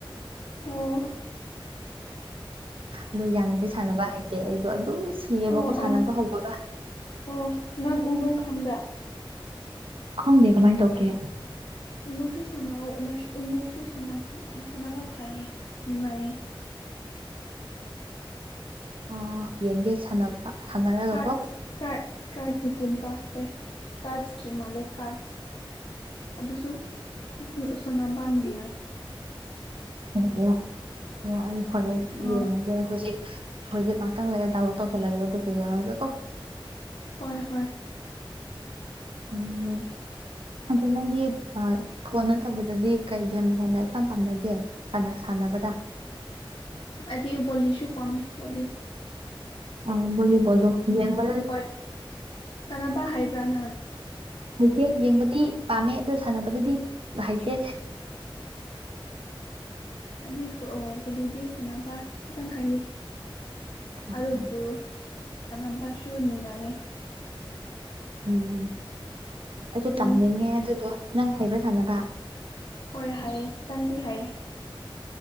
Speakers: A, on the left; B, on the right.
A: ꯑꯣ
B: ꯑꯗꯣ ꯌꯥꯝꯅꯗꯤ ꯁꯥꯟꯅꯕ ꯍꯩꯇꯦ ꯑꯩꯗꯣ ꯑꯗꯨꯝ ꯁꯤꯌꯦꯕꯀꯣ
A: ꯑꯣ
B: ꯁꯥꯟꯅꯕ
A: ꯑꯣ
B: ꯍꯧꯕꯒ
A: ꯑꯣ ꯅꯪ ꯎꯅꯣ ꯈꯪꯕ꯭ꯔꯥ
B: ꯈꯪꯗꯦ ꯀꯃꯥꯏ ꯇꯧꯒꯦ
A: ꯎꯨꯅꯣꯁꯨ ꯁꯥꯟꯅꯧꯑꯣ ꯎꯅ ꯎꯅꯣꯁꯨ ꯁꯥꯟꯅꯕ ꯃꯁꯥꯟꯅꯕ ꯐꯩꯌꯦ ꯅꯨꯡꯉꯥꯏꯌꯦ
B: ꯑꯣ ꯌꯦꯡꯒꯦ ꯁꯥꯟꯅꯕ ꯁꯥꯅꯔꯒꯀꯣ
A: ꯀꯥꯔꯠꯁ ꯀꯥꯔꯠ ꯀꯥꯔꯠꯁꯒꯨꯝꯕ ꯍꯣꯏ ꯀꯥꯔꯠꯁꯀꯤ ꯃꯥꯜꯂꯦ ꯀꯥꯔꯠꯁ ꯑꯗꯨꯁꯨ ꯑꯗꯨꯁꯨ ꯁꯥꯟꯅꯕ ꯅꯨꯡ
B: ꯑꯣ ꯑꯣ ꯑꯣ ꯑꯩ ꯍꯣꯔꯦꯟ
A: ꯑꯥ
B: ꯌꯦꯡꯉꯒꯦ ꯍꯨꯖꯤꯛ ꯍꯨꯖꯤꯛ ꯉꯥꯛꯇꯪ ꯂꯩꯔꯒ ꯗꯥꯎꯟꯂꯣꯗ ꯇꯧꯁꯤꯜꯂꯒꯦ ꯑꯗꯨꯒ ꯌꯥꯡꯉꯒꯦꯀꯣ
A: ꯍꯣꯏ ꯍꯣꯏ
B: ꯎꯝ ꯑꯗꯨ ꯅꯪꯗꯤ ꯐꯣꯟ ꯅꯠꯇꯕꯗꯗꯤ ꯀꯩ ꯌꯥꯝ ꯍꯦꯟꯅ ꯏꯄꯥꯝ ꯄꯥꯝꯅꯒꯦ ꯁꯥꯟꯅ ꯁꯥꯟꯅꯕꯗ
A: ꯑꯩꯗꯤ ꯕꯣꯂꯤꯁꯨ ꯄꯥꯝꯃꯦ ꯕꯣꯂꯤ
B: ꯑꯣ ꯚꯣꯂꯤꯕꯣꯜꯗꯣ ꯌꯦꯡꯕꯗ
A: ꯍꯣꯏ ꯁꯥꯟꯅꯕ ꯍꯥꯏꯕ꯭ꯔꯥ ꯅꯪ
B: ꯍꯩꯇꯦ
A: ꯚꯣꯂꯤ
B: ꯌꯦꯡꯕꯗꯤ ꯄꯥꯝꯃꯦ ꯑꯗꯨ ꯁꯥꯟꯅꯕꯗꯨꯗꯤ ꯍꯩꯇꯦ
A: ꯑꯩꯗꯤ ꯐꯨ ꯑꯣ ꯕꯣꯂꯤꯗꯤ ꯁꯥꯟꯅꯕ ꯈꯤꯇꯪ ꯍꯩꯌꯦ
B: ꯑꯣ
A: ꯑꯗꯨꯕꯨ ꯁꯥꯟꯅꯕꯁꯨ ꯅꯨꯡꯉꯥꯏꯌꯦ
B: ꯎꯝ ꯑꯩꯁꯨ
A: ꯎꯝ
B: ꯇꯝꯅꯤꯡꯉꯦ ꯑꯗꯨꯗꯣ ꯅꯪ ꯍꯩꯕ꯭ꯔꯥ ꯁꯥꯟꯅꯕ
A: ꯍꯣꯏ ꯍꯩꯌꯦ ꯈꯤꯇꯪꯗꯤ ꯍꯩꯌꯦ